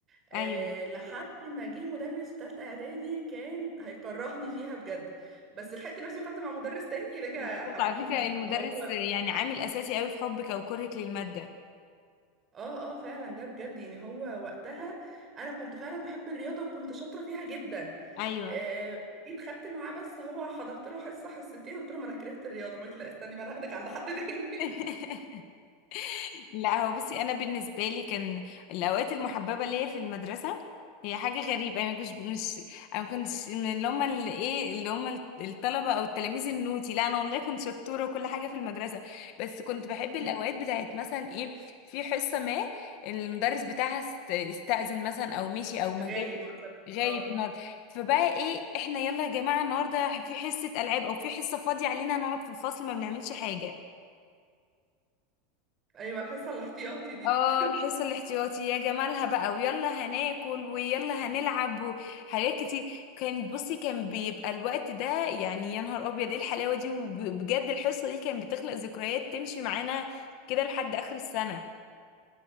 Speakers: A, on the right; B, on the left.
A: آه،
B: ايوه
A: لحد ما جه مدرس في تالتة اعدادي كان هيكرهني فيها بجد بس لحقت نفسي وخدت مع مدرس تاني رجع
B: بس
A: حببني
B: على فكره
A: فيها
B: المدرس
A: فهو
B: يعني عامل اساسي قوي في حبك او كرهك للماده
A: اه اه فعلا ده بجد يعني هو وقتها انا كنت فعلا بحب الرياضة وكنت شاطرة فيها جدا
B: ايوه
A: آه، جيت خدت معاه بس هو حضرت له حصة حصتين قلت له ما انا كرهت الرياضة ما لا استني بقى انا هاخدك عند حد تاني
B: <laughs> لا هو بصي انا بالنسبه لي كان الاوقات المحببه ليا في المدرسه هي حاجه غريبه انا مش مش انا ما كنتش من اللي هم اللي ايه اللي هم الطلبه او التلاميذ النوتي لا انا والله كنت شطوره وكل حاجه في المدرسه بس كنت بحب
A: <laughs>
B: الاوقات بتاعت مثلا ايه في حصه ما المدرس بتاعها است- استأذن مثلا او مشي او ما
A: غايب
B: جاش
A: مثلا
B: غايب
A: اه
B: النهارده فبقى ايه احنا يلا يا جماعه النهارده في حصه العاب او في حصه فاضيه علينا نقعد في الفصل ما بنعملش حاجه
A: ايوه الحصة الاحتياطي دي
B: اه الحصة الاحتياطي يا جمالها بقى ويلا هناكل ويلا هنلعب وحاجات كتير كانت بصي كان بيبقى الوقت ده يعني يا نهار ابيض ايه الحلاوة دي وبجد الحصة دي كانت بتخلق ذكريات تمشي معانا كده لحد اخر السنة